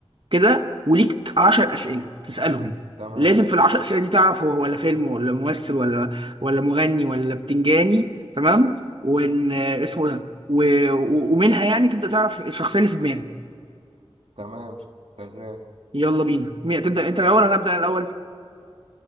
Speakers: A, on the right; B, on the right.
A: كده وليك 10 اسئله تسالهم
B: تمام
A: لازم في العشر اسئله دي تعرف هو ولا فيلم ولا ممثل ولا ولا مغني ولا بتنجاني تمام وان آه، اسمه ده و- و- ومنها يعني تبدا تعرف الشخصيه اللي في دماغك
B: تمام ش- شغال
A: يلا بينا مين تبدأ انت الاول انا ابدأ الاول <laughs>